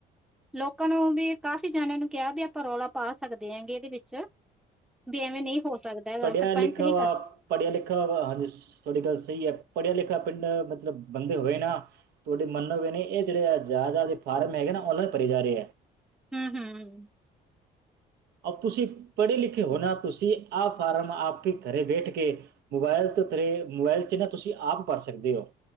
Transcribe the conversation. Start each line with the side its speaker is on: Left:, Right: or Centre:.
Centre: ਲੋਕਾਂ ਨੂੰ ਵੀ ਕਾਫ਼ੀ ਜਣਿਆਂ ਨੂੰ ਕਿਹਾ ਵੀ ਆਪਾਂ ਰੌਲਾ ਪਾ ਸਕਦੇ ਹੈਂਗੇ ਇਹਦੇ ਵਿੱਚ ਵੀ ਐਵੇਂ ਨਹੀਂ ਹੋ ਸਕਦਾ ਹੈਗਾ
Right: ਪੜ੍ਹਿਆ
Centre: ਸਰਪੰਚ
Right: ਲਿਖਿਆ
Centre: ਨਹੀਂ
Right: ਵਾ
Centre: ਕਰ
Right: ਪੜ੍ਹਿਆ ਲਿਖਿਆ ਵਾ ਹਾਂਜੀ ਤੁਹਾਡੀ ਗੱਲ ਸਹੀ ਹੈ ਪੜ੍ਹਿਆ ਲਿਖਿਆ ਪਿੰਡ ਮਤਲਬ ਬੰਦੇ ਹੋਏ ਨਾ ਤੁਹਾਡੇ ਮੰਨ ਹੋਵੇ ਨੇ ਇਹ ਜਿਹੜੇ ਆ ਜਿਆ ਜ ਦੇ ਫਾਰਮ ਹੈਗੇ ਨਾ ਉਹਨਾਂ ਪਰ ਜਾ ਰਿਹਾ।
Centre: ਹਮ ਹਮ।
Right: ਅ ਤੁਸੀਂ ਪੜ੍ਹੇ ਲਿਖੇ ਹੋਣਾ ਤੁਸੀਂ ਆਹ ਫਾਰਮ ਆਪ ਹੀ ਘਰੇ ਬੈਠ ਕੇ ਮੋਬਾਇਲ ਤੋਂ ਤੇਰੇ ਮੋਬਾਇਲ ਚ ਨਾ ਤੁਸੀਂ ਆਪ ਭਰ ਸਕਦੇ ਹੋ।